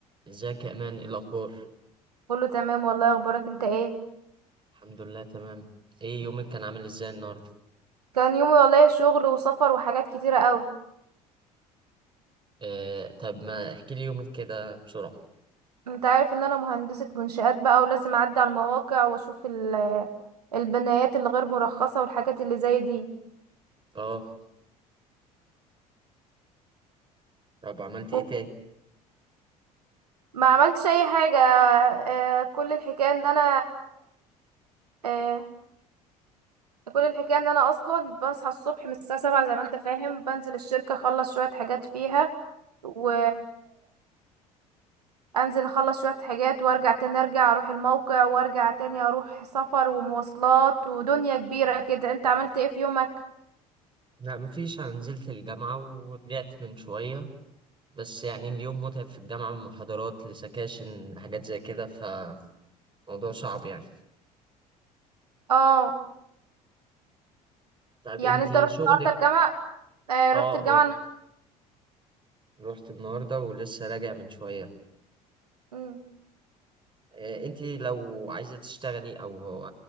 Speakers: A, on the right; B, on the right.
A: ازيك يا امان ايه الاخبار
B: كله تمام والله اخبارك انت ايه
A: الحمد لله تمام ايه يومك كان عامل ازاي النهارده
B: كان يومي والله شغل وسفر وحاجات كتيرة قوي
A: آه طب ما احكي لي يومك كده بسرعه
B: انت عارف ان انا مهندسة منشآت بقى ولازم اعدي على المواقع واشوف ال- البنايات اللي غير مرخصة والحاجات اللي زي دي
A: اه طب عملت ايه
B: و-
A: تاني
B: ما عملتش اي حاجة آه، كل الحكاية ان انا آه، كل الحكاية ان انا اصلا بصحى الصبح من الساعة سبعة زي ما انت فاهم بنزل الشركة اخلص شوية حاجات فيها و... انزل اخلص شوية حاجات وارجع تاني ارجع اروح الموقع وارجع تاني اروح سفر ومواصلات ودنيا كبيرة كده انت عملت ايه في يومك
A: لا مفيش انا نزلت الجامعه ورجعت من شويه بس يعني اليوم متعب في الجامعه من محاضرات لسكاشن لحاجات زي كده فموضوع صعب يعني
B: اه
A: طب
B: يعني
A: انتي
B: انت رحت
A: شغلك
B: النهارده الجامعة آه
A: اه
B: رحت الجامعة
A: اه
B: الن-
A: رحت النهارده ولسه راجع من شويه
B: مم.
A: آه انتي لو عايزه تشتغلي او